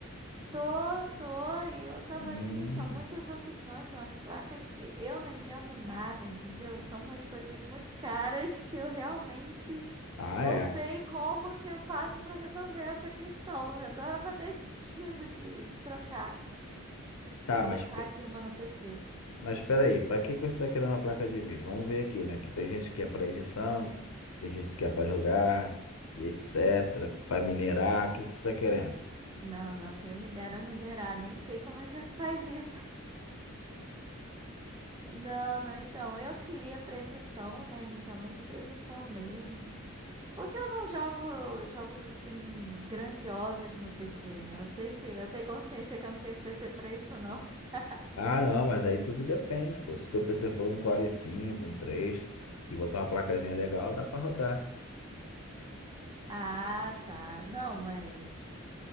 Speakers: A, on the right; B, on the left.
A: Tô, tô, e eu tava
B: Hum.
A: aqui, são muitas opções, são as placas que eu não entendo nada, entendeu? São umas coisas muito caras que eu realmente
B: Ah,
A: não
B: é.
A: sei como que eu faço pra resolver essa questão. Eu tava até desistindo de trocar,
B: Tá,
A: de colocar
B: mas,
A: aqui uma no PC.
B: mas peraí, pra que que você tá querendo uma placa de vídeo? Vamos ver aqui, né? Que tem gente que é pra edição, tem gente que é pra jogar, e etc. Pra minerar, o que que você tá querendo?
A: Não, não, quem me dera minerar, nem sei como é que faz isso. Não, não, então, eu queria predição, né? Inicialmente predição mesmo. Porque eu não jogo jogos assim grandiosos no PC, né? Eu sei que eu tenho consciência que eu não tenho PC pra isso, não. <laughs>
B: Ah, não, mas aí tudo depende, pô. Se teu PC for um Core i cinco um três e botar uma placazinha legal, dá pra rodar.
A: Ah, tá. Não, mas